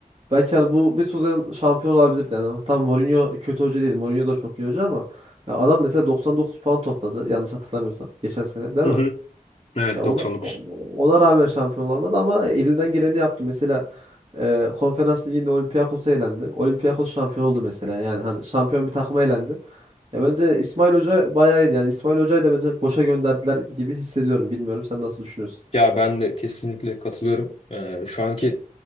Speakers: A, on the right (about 40°); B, on the left (about 40°).
A: belki hani bu bir sezon şampiyon olabilirdi. Yani tam Mourinho kötü hoca değil. Mourinho da çok iyi hoca ama ya adam mesela 99 puan topladı yanlış hatırlamıyorsam geçen sene değil
B: Hı
A: mi?
B: hı. Evet
A: Ya ona,
B: 99.
A: o- ona rağmen şampiyon olamadı ama elinden geleni yaptı. Mesela e, Konferans Ligi'nde Olympiakos elendi. Olympiakos şampiyon oldu mesela. Yani hani şampiyon bir takıma elendi. Ya bence İsmail Hoca bayağı iyiydi. Yani İsmail Hoca'yı da bence boşa gönderdiler gibi hissediyorum. Bilmiyorum sen nasıl düşünüyorsun?
B: Ya ben de kesinlikle katılıyorum. Ee, şu anki